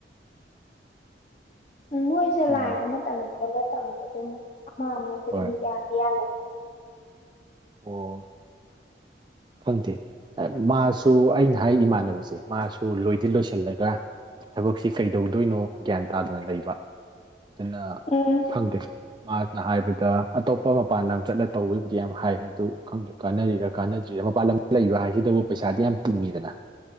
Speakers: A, on the left; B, on the right.
A: ꯎꯝ ꯃꯣꯏꯁꯨ
B: ꯎꯝ
A: ꯂꯥꯏꯟ ꯑꯃꯇꯪꯗꯤ ꯑꯃꯇꯪꯉꯦ ꯑꯗꯨꯝ ꯑꯃ ꯑꯃꯁꯦ ꯑꯗꯨꯝ
B: ꯍꯣꯏ
A: ꯌꯥꯗꯤ ꯌꯥꯜꯂ
B: ꯑꯣ ꯈꯪꯗꯦ ꯃꯥꯁꯨ ꯑꯩꯅ ꯍꯥꯏ ꯏꯃꯥꯟꯅꯕꯁꯦ ꯃꯥꯁꯨ ꯂꯣꯏꯗꯤ ꯂꯣꯏꯁꯤꯜꯂꯒ ꯊꯕꯛꯁꯤ ꯀꯩꯗꯧꯗꯣꯏꯅꯣ ꯒ꯭ꯌꯥꯟ ꯇꯥꯗꯅ ꯂꯩꯕ ꯑꯗꯨꯅ
A: ꯎꯝ
B: ꯈꯪꯗꯦ ꯃꯥꯅ ꯍꯥꯏꯕꯗ ꯑꯇꯣꯞꯄ ꯃꯄꯥꯟ ꯂꯝ ꯆꯠꯂ ꯇꯧꯕꯒꯤꯕꯨꯗꯤ ꯌꯥꯝ ꯍꯥꯏ ꯑꯗꯨ ꯈꯪꯗꯦ ꯀꯥꯟꯅꯔꯤꯔ ꯀꯥꯟꯅ ꯖ‌ꯦꯃꯄꯥꯟ ꯂꯝ ꯂꯩꯕ ꯍꯥꯏꯁꯤꯗꯕꯨ ꯄꯩꯁꯥꯗꯤ ꯌꯥꯝ ꯇꯤꯡꯉꯤꯗꯅ